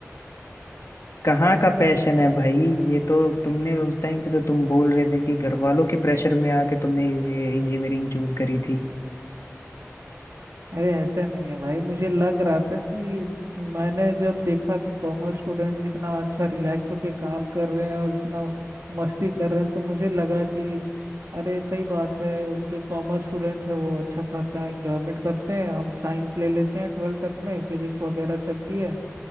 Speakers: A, on the left; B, on the right.
A: कहाँ का पैशन है भाई ये तो तुमने उस टाइम पे तो तुम बोल रहे थे कि घर वालों के प्रेशर में आके तुमने ये इंजीनियरिंग चूज करी थी
B: अरे ऐसा नहीं है भाई मुझे लग रहा था कि मैंने जब देखा कि कॉमर्स स्टूडेंट इतना अच्छा रिलैक्स होके काम कर रहे हैं और इतना मस्ती कर रहे हैं तो मुझे लगा कि अरे सही बात है जो कॉमर्स स्टूडेंट है वो अच्छा खासा इंजॉयमेंट करते हैं हम साइंस ले लेते हैं ट्वेल्थ तक में फिजिक्स वगैरह चलती है